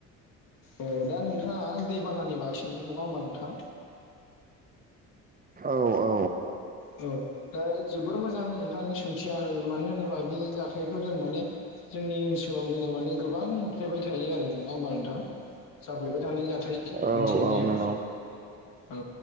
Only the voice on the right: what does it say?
औ औ
औ औ
औ
नंगौ